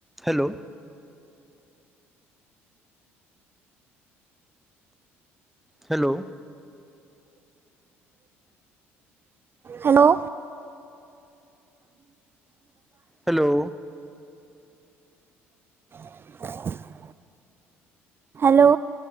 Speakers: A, in the centre; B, on the right.
A: Hello! Hello!
B: Hello!
A: Hello!
B: <inaudible> hello